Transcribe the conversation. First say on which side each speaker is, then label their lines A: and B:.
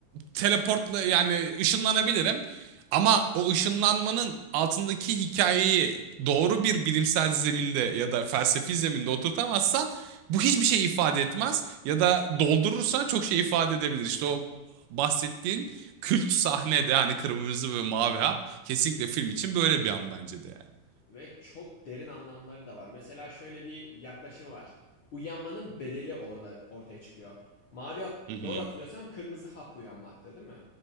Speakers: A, on the right; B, on the left.
A: teleportla yani ışınlanabilirim. Ama o ışınlanmanın altındaki hikayeyi doğru bir bilimsel zeminde ya da felsefi zeminde oturtamazsan bu hiçbir şey ifade etmez ya da doldurursan çok şey ifade edebilir. İşte o bahsettiğin kült sahnede hani kırmızı ve mavi hap kesinlikle film için böyle bir an bence de yani.
B: Ve çok derin anlamları da var. Mesela şöyle bir yaklaşımı var. Uyanmanın bedeli orada ortaya çıkıyor. Mavi hap,
A: Hı hı.
B: doğru hatırlıyorsam kırmızı hap uyanmakta değil mi?